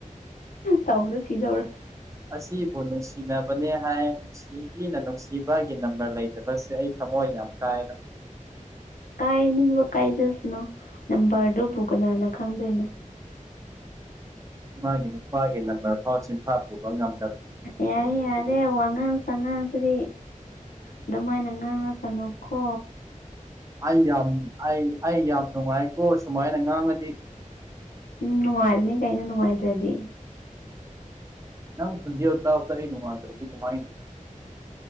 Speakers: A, on the left (about 85°); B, on the right (about 25°).
A: ꯇꯧꯗ ꯁꯤꯗꯧꯔ
B: ꯑꯁꯤꯕꯨ ꯅꯨꯡꯁꯤꯅꯕꯅꯦ ꯍꯥꯏ ꯅꯨꯡꯁꯤꯕꯤꯅ ꯅꯨꯡꯁꯤꯕꯒꯤ ꯅꯝꯕꯔ ꯂꯩꯇꯕꯁꯦ ꯑꯩ ꯊꯝꯃꯣꯏ ꯌꯥ ꯀꯥꯏꯗ
A: ꯀꯥꯏ ꯅ ꯀꯥꯏꯖꯁ ꯅ ꯅꯝꯕꯔꯗꯨꯕꯨ ꯀꯅꯥꯅ ꯈꯪꯗꯣꯏꯅꯣ
B: ꯃꯥꯒꯤ ꯅꯨꯄꯥꯒꯤ ꯅꯝꯕꯔ ꯐꯥꯎ ꯆꯤꯟꯐꯥ ꯄꯨꯕ ꯉꯝꯃꯤ
A: ꯌꯥꯔꯦ ꯌꯥꯔꯦ ꯋꯥꯉ ꯆꯉꯥꯡꯁꯤꯗꯤ ꯑꯗꯨꯃꯥꯏꯅ ꯉꯥꯡꯉꯛꯀꯅꯨꯀꯣ
B: ꯑꯩ ꯌꯥꯝ ꯑꯩ ꯑꯩ ꯌꯥꯝ ꯅꯨꯡꯉꯥꯏꯀꯣ ꯁꯨꯃꯥꯏꯅ ꯉꯥꯡꯉꯗꯤ
A: ꯎꯝ ꯅꯨꯡꯉꯥꯏꯔꯅꯤ ꯀꯩꯅ ꯅꯨꯡꯉꯥꯏꯇ꯭ꯔꯗꯤ
B: ꯅ ꯁꯟꯖꯤ ꯅꯨꯡꯉꯥꯏ ꯇꯔꯗꯤ ꯀꯃꯥꯏ